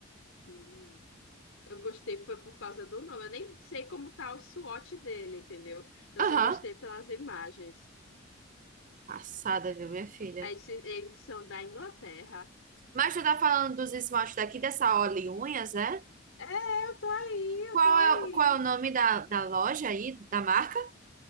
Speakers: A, on the left (about 75°); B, on the right (about 40°).
A: Hum. Eu gostei foi por causa do nome. Eu nem sei como tá o SWOT dele, entendeu? Eu
B: Aham.
A: só gostei pelas imagens.
B: Passada, viu, minha filha?
A: Eles, eles são da Inglaterra.
B: Mas tu tá falando dos esmaltes daqui, dessa Olé Unhas, é?
A: É, eu tô aí, eu
B: Qual
A: tô aí.
B: é, o- qual é o nome da, da loja aí, da marca?